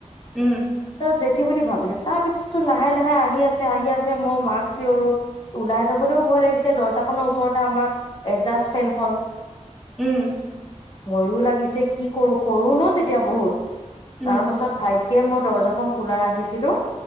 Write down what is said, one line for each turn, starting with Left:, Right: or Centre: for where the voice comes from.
Centre: উম।
Left: জেঠি বুলি ভাবিলো তাৰ পিছতো লাহে, লাহে আহি আছে। আহি আছে, মই মাক চিঞৰো ওলাই যাবলৈও ভয় লাগিছে, দৰ্জাখনৰ ওচৰতে আমাৰ এজাজ ফেনখন।
Centre: উম।
Left: ভয়ো লাগিছে কি কৰো, কৰো ন তেতিয়া বহুত
Centre: উম
Left: তাৰ পাছত ভাগ্য কিয় মই দৰ্জাখন খোলা ৰাখিছিলোঁ।